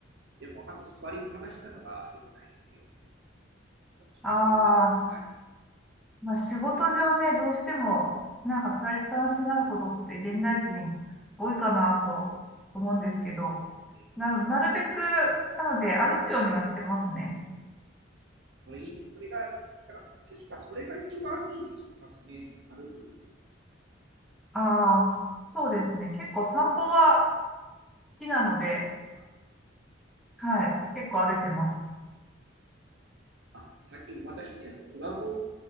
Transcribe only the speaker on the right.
でも、あと座りっぱなしなのが良くないんですよ。気にしてるんですよ。
はい。
はい。
それいい、それが、だから確かそれが一番いいって聞きますね。歩くっていう
のは。
あ、最近私ね、あのドラゴン